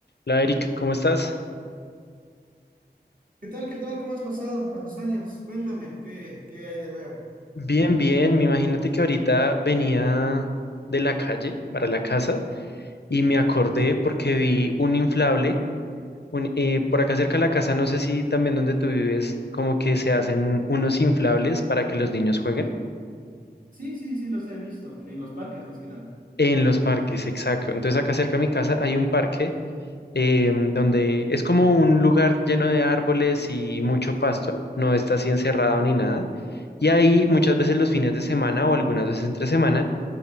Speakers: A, on the left; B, on the right.
A: Hola Eric, ¿cómo estás?
B: ¿Qué tal? ¿Qué tal? ¿Cómo has pasado a los años? Cuéntame, ¿qué, qué hay de nuevo?
A: Bien, bien. Me Imagínate que ahorita venía de la calle para la casa y me acordé porque vi un inflable. un- eh, por acá cerca de la casa, no sé si también donde tú vives, como que se hacen unos inflables para que los niños jueguen
B: Sí, sí, sí, los he visto, en los parques más que nada.
A: en los parques, exacto. Entonces acá cerca de mi casa hay un parque em, donde es como un lugar lleno de árboles y mucho pasto, no está así encerrado ni nada. Y ahí muchas veces los fines de semana o algunas veces entre semana